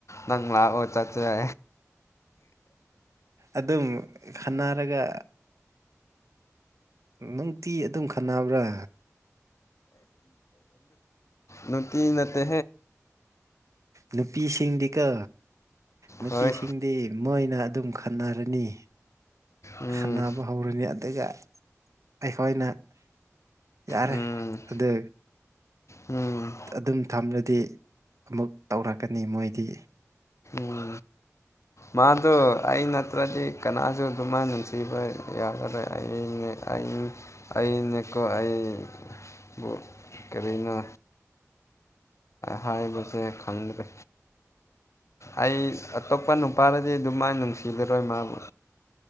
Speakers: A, on the left (about 60°); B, on the right (about 70°).
A: ꯅꯪ ꯂ ꯑꯣ ꯆꯆꯦ
B: ꯑꯗꯨꯝ ꯈꯟꯅꯔꯒ ꯅꯨꯡꯇꯤ ꯑꯗꯨꯝ ꯈꯅꯕ꯭ꯔꯥ
A: ꯅꯇꯅꯠꯇꯦ
B: ꯅꯨꯄꯤꯁꯤꯡꯗꯤꯀ ꯅꯨꯄꯤꯁꯤꯡꯗꯤ
A: ꯍꯣꯏ
B: ꯃꯣꯏꯅ ꯑꯗꯨꯝ ꯈꯟꯅꯔꯅꯤ
A: ꯎꯝ
B: ꯈꯟꯅꯕ ꯍꯧꯔꯅꯤ ꯑꯗꯨꯒ ꯑꯩꯈꯣꯏꯅ ꯌꯥꯔꯦ
A: ꯎꯝ
B: ꯑꯗ
A: ꯎꯝ
B: ꯑꯗꯨꯝ ꯊꯝꯂꯗꯤ ꯑꯃꯨꯛ ꯇꯧꯔꯛꯀꯅꯤ ꯃꯣꯏꯗꯤ
A: ꯃ ꯃꯥꯗꯣ ꯑꯩ ꯅꯠꯇ꯭ꯔꯗꯤ ꯀꯅꯥꯁꯨ ꯑꯗꯨꯃꯥꯏꯅ ꯅꯨꯡꯁꯤꯕ ꯌꯥꯒꯔꯣꯏ ꯑꯩ ꯑꯩ ꯑꯩꯅꯀꯣ ꯑꯩꯕꯨ ꯀꯔꯤꯅꯣ ꯍꯥꯏꯕ ꯁꯦ ꯈꯪꯗ꯭ꯔꯦ ꯑꯩ ꯑꯇꯣꯞꯄ ꯅꯨꯄꯥꯔꯗꯤ ꯑꯗꯨ ꯃꯥꯏ ꯅꯨꯡꯁꯤꯂꯔꯣꯏ ꯃꯥꯕꯨ